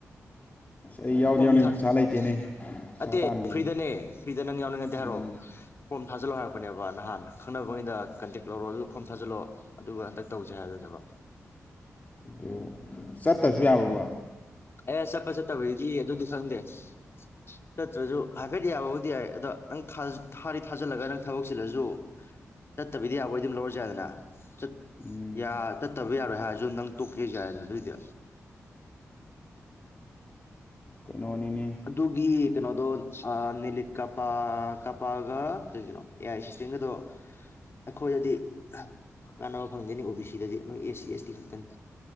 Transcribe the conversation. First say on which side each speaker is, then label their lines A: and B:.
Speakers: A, on the left; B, on the left.
A: ꯑꯩ ꯌꯥꯎꯗꯤ
B: ꯐꫭꯝ
A: ꯌꯥꯎꯅꯤꯡ
B: <inaudible>
A: ꯄꯩꯁꯥ ꯂꯩꯇꯦꯅꯦ ꯄꯩꯁꯥ
B: ꯅꯠꯇꯦ
A: ꯇꯥꯟꯈꯤꯒꯦ
B: ꯐ꯭ꯔꯤꯗꯅꯦ ꯐ꯭ꯔꯤꯗ ꯅꯪ ꯌꯥꯎꯅꯤꯡꯉꯗꯤꯦ
A: ꯎꯝ
B: ꯍꯥꯏꯔꯣ ꯐꫭꯝ ꯊꯥ ꯊꯥꯖꯤꯜꯂꫭ ꯍꯥꯏꯔꯛꯄꯅꯦꯕ ꯅꯍꯥꯟ ꯈꯪꯅꯕꯒꯩꯗ ꯀꯟꯇꯦꯛ ꯂꯧꯔꯣ ꯑꯗꯨꯒ ꯐꯣꯝ ꯊꯥꯖꯤꯜꯂꫭ ꯑꯗꯨꯒ ꯍꯟꯗꯛ ꯇꯧꯖꯦ ꯍꯥꯏꯔꯛꯄꯅꯦꯕ
A: ꯑꫭ ꯆꯠꯇ꯭ꯔꯁꯨ ꯌꯥꯔꯕꫭꯕ
B: ꯑꯦ ꯆꯠꯄ ꯆꯠꯇꯕꯩꯒꯤ ꯑꯗꯨꯗꯤ ꯈꯪꯗꯦ ꯆꯠꯇ꯭ꯔꯖꯨ ꯍꯥꯏꯐꯦꯠ ꯌꯥꯕꯕꯨꯗꯤ ꯌꯥꯏ ꯑꯗ ꯅꯪ ꯊꯥꯗꯤ ꯊꯥꯖꯤꯜꯂꯒ ꯅꯪ ꯊꯕꯛ ꯆꯤꯜꯂꯁꯨ ꯆꯠꯇꯕꯤꯗ ꯌꯥꯕ ꯑꫭꯔꯗꯤ ꯑꯗꯨꯝ ꯂꯧꯔꯁꯨ ꯌꯥꯏꯗꯅ ꯆꯠ
A: ꯎꯝ
B: ꯌꯥ ꯇꯠ ꯆꯠꯇꯕ ꯌꯥꯔꯣꯏ ꯍꯥꯏꯔꯁꯨ ꯅꯪ ꯇꯣꯛꯀꯦꯁꯨ ꯌꯥꯏꯗꯅ ꯑꯗꯨ ꯑꯣꯏꯗꯤ
A: ꯀꯩꯅꯣꯅꯤꯅꯦ
B: ꯑꯗꯨꯒꯤ ꯀꯩꯅꯣꯗꯣ ꯑ ꯅꯤꯂꯤꯠ ꯀꯄꯥ ꯀꯄꯥꯒ ꯀꯩꯒꯅꯣ ꯑꯦ ꯑꯥꯏ ꯑꯦꯁꯤꯁꯇꯦꯟꯒꯗꯣ ꯑꯩꯈꯣꯏꯗꯗꯤ ꯀꯥꯟꯅꯕ ꯐꯪꯗꯣꯏꯅꯤ ꯑꯈꫭꯏꯗꯗꯤ ꯑꯣ ꯕꯤ ꯁꯤꯗꯗꯤ ꯅꯣꯏ ꯑꯦꯁ ꯁꯤ ꯑꯦꯁ ꯇꯤ ꯈꯛꯇꯅꯤ